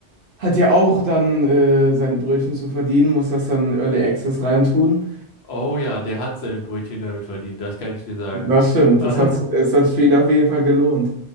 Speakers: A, on the right (about 55°); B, on the left (about 65°).
A: hat ja auch dann äh, seine Brötchen zu verdienen, muss das dann in Early Access reintun.
B: Oh ja, der hat seine Brötchen damit verdient, das kann ich dir sagen.
A: Das stimmt,
B: <laughs>
A: es hat, es hat für ihn auf jeden Fall gelohnt.